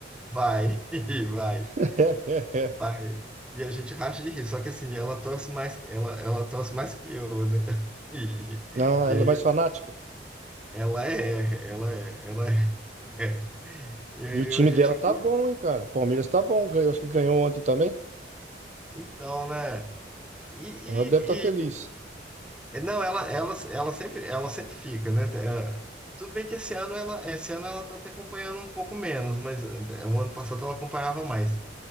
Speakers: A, in the centre; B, on the right.
A: vai, <laughs> vai,
B: <laughs>
A: vai. E a gente racha de rir. Só que assim, ela torce mais, ela, ela torce mais que eu, né? <laughs> E,
B: Ah,
A: e
B: ela
A: aí
B: é mais fanática.
A: ela é, ela é, ela é. <laughs> E aí
B: E o time
A: a gente
B: dela
A: ri.
B: tá bom, hein, cara? Palmeiras tá bom, ganhou, acho que ganhou ontem também.
A: Então, né? E, e,
B: Então ela deve estar feliz.
A: e- é, não, ela, ela, ela sempre, ela sempre fica, né? É, Tudo bem que esse ano ela, esse ano ela tá até acompanhando um pouco menos, mas é, o ano passado ela acompanhava mais.